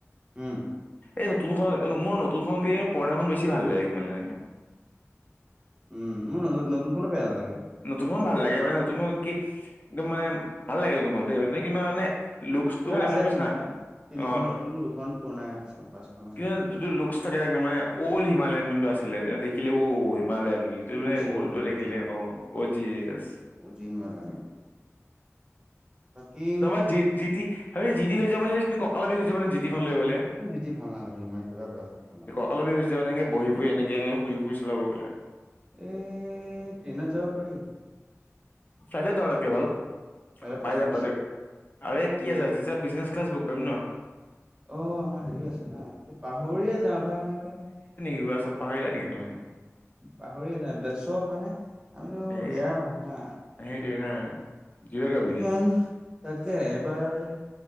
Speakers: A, on the right; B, on the left.
A: উম্,
B: এই নতুনখন, মোৰ নতুনখনতকে পুৰণাখন বেছি ভাল লাগে, সিমানে এখন
A: উম্, মোৰ নতুন খনো বেয়া নালাগে।
B: নতুনখন ভাল লাগে, মানে নতুনখন কি একদম মানে ভাল লাগে। নতুনখন দেই মে কিবা মানে। লু্কচটো
A: মুঠতে
B: মানে,
A: আছে
B: মোৰ পছিনা।
A: তিনিখন তিনিখন
B: অ',
A: নতুন দুখন পুৰণাই আছে পাঁচখন আছে
B: কি
A: হিমালয়ান
B: হ'ল অল্ মানে অল্ হিমালয়ন যোনটো আছিলে। দেখিলে অ'ও হিমালয়েন বুলি। মানে
A: অজি
B: উল্ট,
A: অজি
B: দেখিলে
A: অজি
B: অ', যিয়েছ
A: অজি হিমালয়ান একদম বাকী উম
B: তাপা জি, জিটি। আমি জিটি খন লৈ যোৱা মানে ককালৰ বিষ হৈ যাব নহয়, লৈ গ'লে।
A: জিতি ভাল নালাগে, মই একেবাৰে ব ভাল নাপাওঁ।
B: ককালৰ বিষ হৈছে মানে, বহি বহি এনেকে এনেকে শুই শুই চালাব গ'লে।
A: এই, ট্ৰেইনত যাব পাৰি।
B: ফ্লাইটত যোৱায়ে ভাল।
A: ফ্লইটত পইচা
B: পাই যাম
A: বেছি।
B: তাতে আৰে এই কি আছে, তেতিয়া বিজনেছ ক্লাছ বুক কৰিম ন।
A: অ', আমাৰ হেৰি আছে না। পাহৰিয়ে যাওঁ পাই আমাৰ।
B: ন পাহৰিলা নেকি তুমি?
A: পাহৰি যাওঁ, এইবলাক চব মানে। আমিতো
B: এই
A: ৰেয়াৰ মানুহ না।
B: সেইটোৱে না। জিৰ' গ্ৰেভিটি
A: এইখন, তাকে এবাৰ।